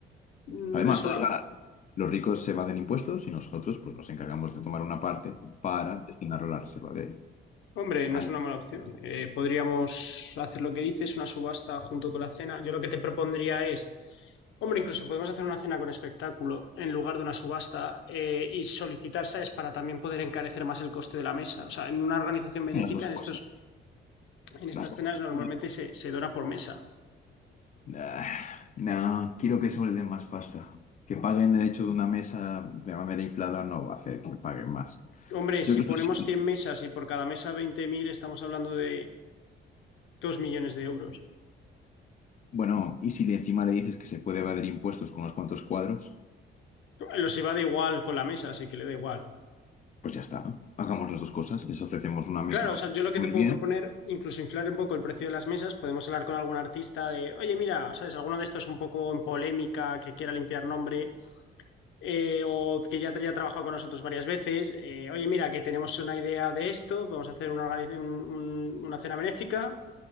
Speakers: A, on the left; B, on the left.
A: Mm,
B: Además,
A: Es
B: todos
A: una,
B: ganan. Los ricos se evaden impuestos y nosotros pues, nos encargamos de tomar una parte para destinarlo a la reserva de
A: hombre, no
B: animales.
A: es una mala opción. Eh, podríamos hacer lo que dices, una subasta junto con la cena. Yo lo que te propondría es. Hombre, incluso podemos hacer una cena con espectáculo en lugar de una subasta eh, y solicitar, ¿sabes? Para también poder encarecer más el coste de la mesa. O sea, en una organización benéfica,
B: Las dos
A: en
B: cosas.
A: estos en estas
B: Las dos
A: cenas normalmente
B: cosas.
A: se, se dona por mesa.
B: Ah, no, quiero que suelden más pasta. Que paguen el hecho de una mesa de manera inflada no va a hacer que paguen más.
A: Hombre, si
B: Yo creo
A: ponemos
B: que sí.
A: 100 mesas y por cada mesa 20.000, estamos hablando de 2 millones de euros.
B: Bueno, y si le encima le dices que se puede evadir impuestos con unos cuantos cuadros,
A: Los iba de igual con la mesa, así que le da igual.
B: pues ya está. ¿no? Hagamos las dos cosas. Les ofrecemos una mesa
A: Claro,
B: donde
A: o sea, yo lo que
B: comer
A: te puedo
B: bien.
A: proponer, incluso inflar un poco el precio de las mesas, podemos hablar con algún artista de, oye, mira, ¿sabes? Alguno de estos un poco en polémica, que quiera limpiar nombre, eh, o que ya, ya ha trabajado con nosotros varias veces. eh, Oye, mira, que tenemos una idea de esto, vamos a hacer una, organiz- un- un- una cena benéfica.